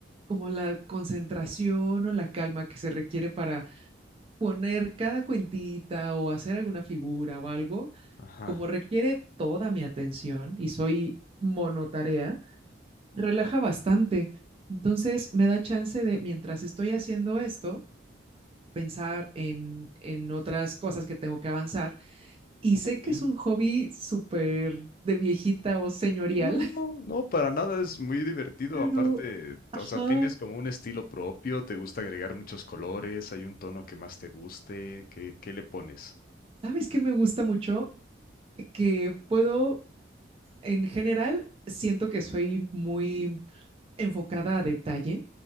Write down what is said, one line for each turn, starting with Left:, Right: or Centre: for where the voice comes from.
Right: como la concentración o la calma que se requiere para poner cada cuentita o hacer alguna figura o algo,
Left: ajá.
Right: como requiere toda mi atención y soy monotarea, relaja bastante. Entonces me da chance de, mientras estoy haciendo esto, pensar en, en otras cosas que tengo que avanzar. Y sé
Left: ok.
Right: que es un hobby súper de viejita o señorial,
Left: No, no, no, para nada es muy divertido.
Right: <laughs> pero...
Left: Aparte,
Right: ajá,
Left: o sea, tienes como un estilo propio, te gusta agregar muchos colores, hay un tono que más te guste. ¿Qué, qué le pones?
Right: ¿Sabes qué me gusta mucho? Que puedo En general, siento que soy muy enfocada a detalle.